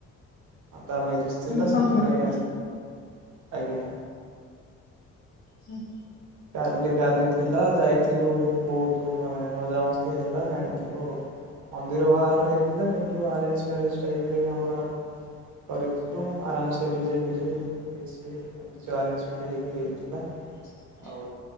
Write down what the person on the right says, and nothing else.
ତା ମ୍ୟାରେଜ୍ ଥିଲା
ସେଥିପାଇଁ ଆସିଥିଲୁ। ଆଜ୍ଞା।
କାଲି କାଲି ଥିଲା ଯାଇଥିଲୁ। ବହୁତ ମାନେ ମଜାମସ୍ତି ହେଲା ଜାଣିଥିବ ଆଉ। ମନ୍ଦିର ବାହାଘର ହେଇଥିଲା। କିନ୍ତୁ ଆରେଞ୍ଜ ମ୍ୟାରେଜ ଟାଇପର ଆମର କରିଥିଲୁ, ଆରାମ ସେ ଡିଯେ ଫିଯେ ଇଏ ସିଏ ଏମିତି ସବୁ ଆରଜମେଣ୍ଟ ହେଇକି ହେଇଥିଲା।
ଆଉ